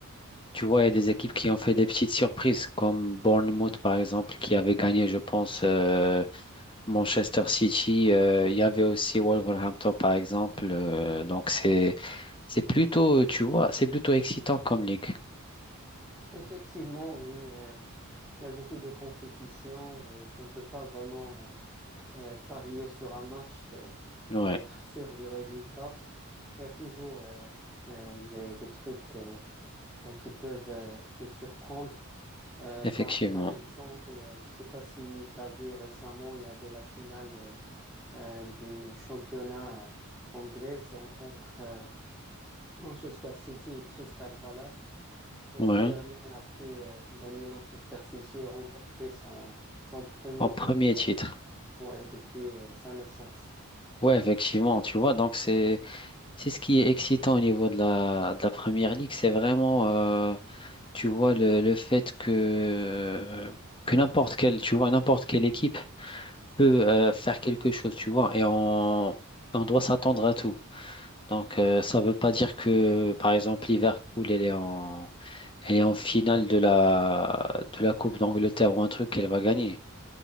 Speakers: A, on the left; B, in the centre.
A: tu vois, il y a des équipes qui ont fait des petites surprises, comme Bournemouth, par exemple, qui avait gagné, je pense, euh, Manchester City. Euh, il y avait aussi Wolverhampton, par exemple. Euh, donc, c'est, c'est plutôt, tu vois, c'est plutôt excitant comme ligue.
B: Effectivement, oui. euh, il y a beaucoup de compétitions et tu ne peux pas vraiment euh, euh, parier sur un match euh,
A: Ouais,
B: et être sûr du résultat. Il y a toujours euh, euh, des, des, trucs euh, euh, qui peuvent euh, te surprendre. Euh,
A: effectivement.
B: Par, par, exemple, euh, je ne sais pas si tu as vu récemment, il y avait la finale euh, d'une championnat euh, anglaise en, entre euh, Manchester City et Crystal Palace. Et
A: Ouais.
B: ce dernier a pu euh, gagner Manchester City et remporter son, son premier
A: En premier
B: titre euh,
A: titre.
B: Ouais, depuis euh, sa naissance.
A: Ouais, effectivement, tu vois, donc c'est c'est ce qui est excitant au niveau de la de la première ligue, c'est vraiment euh, tu vois le, le fait que que n'importe quelle tu vois n'importe quelle équipe peut euh, faire quelque chose, tu vois, et on on doit s'attendre à tout. Donc euh, ça veut pas dire que par exemple Liverpool elle est en elle est en finale de la de la Coupe d'Angleterre ou un truc qu'elle va gagner.